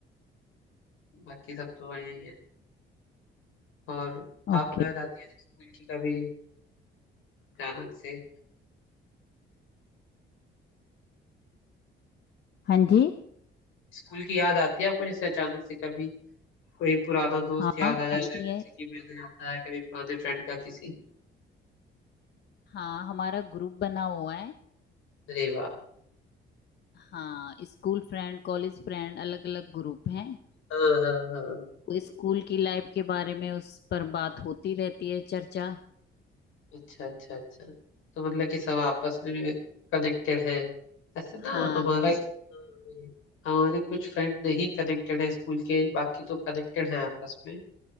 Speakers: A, on the left; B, on the left.
A: बाकी सब तो बढ़िया ही है और आपको
B: ओके
A: याद आती है स्कूल की कभी अचानक से
B: हाँ जी
A: स्कूल की याद आती है आपको जैसे अचानक से कभी कोई पुराना दोस्त
B: हाँ
A: याद आ जाता
B: आती
A: है जैसे
B: है
A: कि मैंने आता है कभी पुराने फ्रेंड का किसी
B: हाँ हमारा ग्रुप बना हुआ है
A: अरे वाह
B: हाँ स्कूल फ्रेंड कॉलेज फ्रेंड अलग अलग ग्रुप हैं
A: हाँ हाँ हाँ
B: वो स्कूल की लाइफ के बारे में उस पर बात होती रहती है चर्चा
A: अच्छा अच्छा अच्छा तो मतलब कि सब आपस में कनेक्टेड है ऐसे ना
B: हाँ
A: हमारा
B: कनेक्ट
A: हाँ, हमारे कुछ फ्रेंड नहीं कनेक्टेड है स्कूल के बाकी तो कनेक्टेड है आपस में